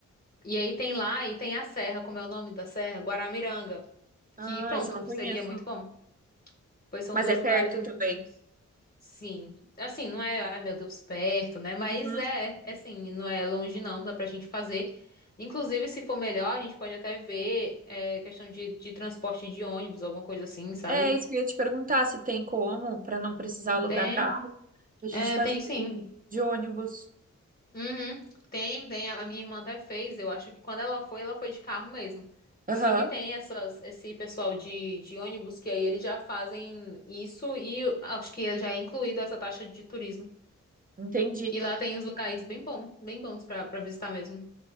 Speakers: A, on the left; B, on the right.
A: E aí tem lá e tem a serra. Como é o nome da serra? Guaramiranga.
B: Ah,
A: Que pronto,
B: isso eu não conheço.
A: seria muito bom. pois são
B: Mas
A: dois
B: é perto
A: lugares muito
B: também.
A: bons. Sim. Assim, não é, ai meu Deus, perto, né? Mas
B: Uhum.
A: é, é assim, não é longe não, dá pra gente fazer. Inclusive, se for melhor, a gente pode até ver é, questão de, de transporte de ônibus, alguma coisa assim, sabe?
B: É isso que eu ia te perguntar se tem como, pra não precisar alugar
A: Tem,
B: carro, a gente
A: é,
B: fazer
A: tem sim.
B: de ônibus.
A: Uhum. Tem, tem. A a minha irmã até fez. Eu acho que quando ela foi, ela foi de carro mesmo.
B: Aham,
A: Só que tem essas, esse pessoal de, de ônibus que aí eles já fazem isso e eu acho que já é incluído essa taxa de turismo.
B: entendi.
A: E lá tem uns
B: E
A: locais bem bons, bem bons pra, pra visitar mesmo.